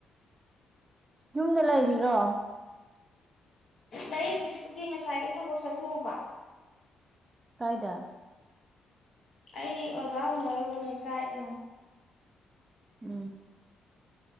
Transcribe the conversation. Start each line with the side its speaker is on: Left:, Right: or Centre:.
Right: ꯌꯨꯝꯗ ꯂꯩꯔꯤꯔꯣ
Left: ꯂꯩ ꯍꯧꯖꯤꯛꯄꯨꯗꯤ ꯉꯁꯥꯏꯒꯤ ꯊꯕꯛ ꯆꯠꯊꯣꯛꯎꯕ
Right: ꯀꯥꯏꯗ
Left: ꯑꯩ ꯑꯣꯖꯥ ꯎꯅꯔꯨꯕꯅꯦ ꯒꯥꯏꯗꯅꯣ
Right: ꯎꯝ